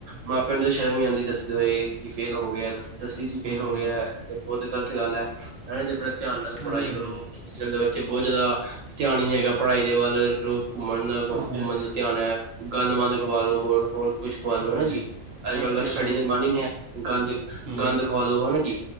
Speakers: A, on the right; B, on the right.
A: ਮਾਪਿਆਂ ਨੂੰ ਤਾਂ ਸ਼ਰਮ ਹੀ ਆਂਦੀ ਦੱਸਦੇ ਹੋਏ ਕਿ ਫੇਲ ਹੋ ਗਿਆ ਦਸਵੀਂ ਵਿਚ ਫੇਲ
B: ਹੂੰ
A: ਹੋ ਗਿਆ ਤੇ ਬਹੁੱਤ ਗ਼ਲਤ ਗੱਲ ਹੈ ਨਾਂ ਜੀ ਆਪਣੇ ਧਿਆਨ ਨਾਲ
B: ਹਾਂਜੀ
A: ਪੜ੍ਹਾਈ
B: ਹਾਂਜੀ
A: ਕਰੋ ਅੱਜ ਕੱਲ ਦੇ ਬੱਚੇ ਬਹੁਤ ਜਿਆਦਾ ਧਿਆਨ ਹੀ ਨਹੀਂ ਹੈਗਾ ਪੜ੍ਹਾਈ ਦੇ ਵੱਲ ਰੋਜ਼ ਘੁੰਮਣ ਦਾ
B: ਹਾਂਜੀ
A: ਘੁੰਮਣ
B: ਹਾਂਜੀ
A: ਦਾ ਧਿਆਨ ਹੈ ਗੰਦ ਮੰੰਦ ਖਵਾ ਲੋ ਹੋਰ ਹੋਰ ਕੁੱਛ ਖਵਾ ਲੋ
B: ਹਾਂਜੀ
A: ਹਨਾ ਜੀ ਅੱਜ
B: ਆਸ਼ਕੀਆ
A: ਕੱਲ ਦਾ ਸਟੱਡੀ
B: ਕਰਾ ਲਓ
A: ਦਾ ਮਨ ਹੀ ਨਹੀਂ ਹੈ ਗੰਦ
B: ਹੂੰ
A: ਗੰਦ ਖਵਾ ਲੋ ਹਨਾ ਜੀ